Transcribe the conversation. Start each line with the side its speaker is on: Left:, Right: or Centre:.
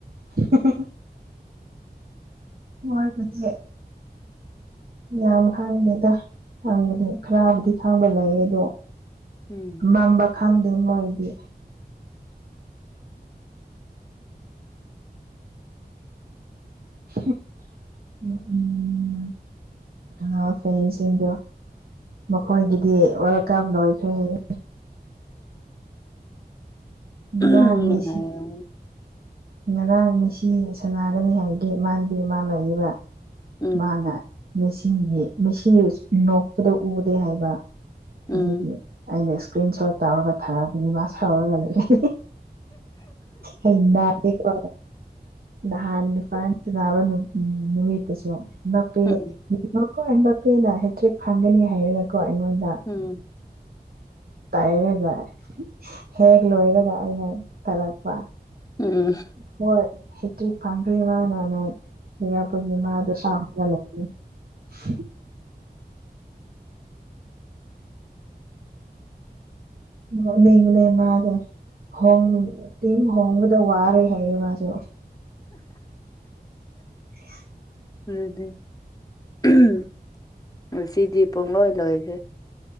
Right: <unintelligible> ꯃꯣꯏꯕꯨꯗꯤ ꯌꯥꯝ ꯍꯥꯡꯗꯦꯗ ꯉꯥꯡꯕꯗꯤ ꯈꯔꯥꯕꯨꯗꯤ ꯈꯥꯡꯕ ꯂꯩꯌꯦ ꯗꯣ
Left: ꯎꯝ
Right: ꯃꯝꯕ ꯈꯪꯗꯦ ꯃꯣꯏꯗꯤ ꯍꯝ ꯅꯣꯛꯅꯤꯡꯉꯦ ꯌꯥꯝ <unintelligible> ꯐꯦꯟꯁꯤꯡ ꯗꯣ ꯃꯈꯣꯏꯒꯤꯗꯤ ꯋꯥꯔꯜꯗ ꯀꯕ ꯂꯣꯏꯈ꯭ꯔꯦ ꯍꯥꯏꯌꯦ ꯉꯔꯥꯡ
Left: ꯎꯍꯝ
Right: ꯃꯦꯁꯤ
Left: ꯉꯥꯏꯔꯝ
Right: ꯉꯔꯥꯡ ꯃꯦꯁꯤ ꯁꯅꯥꯒꯅꯤ ꯍꯥꯏꯕꯒꯤ ꯃꯥꯟꯅꯗꯤ ꯃꯥ ꯂꯩꯌꯦꯕ
Left: ꯎꯝ
Right: ꯃꯥꯅ ꯃꯦꯁꯤꯒꯤ ꯃꯦꯁꯤ ꯅꯣꯛꯄꯗꯣ ꯎꯗꯦ ꯍꯥꯏꯕ
Left: ꯎꯝ
Right: ꯑꯗꯨꯒꯤ ꯑꯩꯅ ꯁꯀ꯭ꯔꯤꯟ ꯁꯣꯠ ꯇꯧꯔꯒ ꯊꯥꯔꯛꯄꯅꯤ ꯃꯥ ꯁꯥꯎꯔꯒ ꯂꯩꯌꯦ <unintelligible> ꯑꯩ ꯅꯥꯗꯦꯀꯣ ꯅꯍꯥꯟ ꯅꯨꯄꯥꯥ ꯇꯤꯟꯅꯕ ꯅꯨ -ꯅꯨꯃꯤꯠ ꯗꯨꯁꯨ ꯅꯞꯄꯦ
Left: ꯎꯝ
Right: ꯌꯦꯡꯉꯣꯀꯣ ꯑꯩ ꯅꯞꯄꯦꯅ ꯍꯦꯇ꯭ꯔꯦꯛ ꯐꯪꯒꯅꯤ ꯍꯥꯏꯔꯒꯀꯣ ꯑꯩꯉꯣꯟꯗ
Left: ꯎꯝ
Right: ꯇꯥꯏꯔꯒ ꯍꯦꯛ ꯂꯣꯏꯔꯒ ꯑꯩꯅ ꯇꯥꯔꯛꯄ
Left: ꯎꯝ
Right: ꯍꯣꯏ ꯍꯦꯇ꯭ꯔꯤꯛ ꯐꯪꯈ꯭ꯔꯦ ꯃꯥꯅꯅ ꯂꯩꯔꯛꯄꯒꯤ ꯃꯥꯗꯣ ꯁꯥꯎꯔꯒ ꯂꯩꯌꯦ <unintelligible> ꯅꯣꯛꯅꯤꯡꯕꯅꯦ ꯃꯥꯗꯣ ꯍꯣꯡ -ꯇꯤꯝ ꯍꯣꯡꯕꯗ ꯋꯥꯔꯦ ꯍꯥꯏꯌꯦ ꯃꯥꯁꯨ <unintelligible>
Left: ꯎꯝꯗꯨ <unintelligible> ꯉꯁꯤꯗꯤ ꯄꯨꯡꯂꯣꯏ ꯂꯣꯏꯈ꯭ꯔꯦ